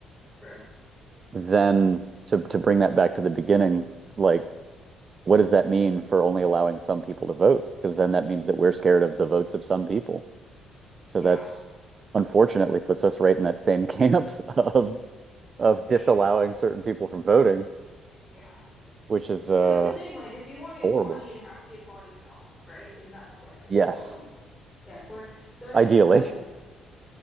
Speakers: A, in the centre; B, on the right.
A: True.
B: then to to bring that back to the beginning, like what does that mean for only allowing some people to vote? Because then that means that we're scared of the votes of some people. So
A: Yeah,
B: that's unfortunately puts us right in that same <laughs> camp of of
A: being
B: disallowing
A: a
B: certain people from voting,
A: yeah.
B: which is uh
A: 'Cause that's the thing, like if you want equality,
B: Horrible.
A: it has to be equality for all, right? Isn't that what like
B: yes,
A: equality stands for? So it
B: ideally.
A: is kind of a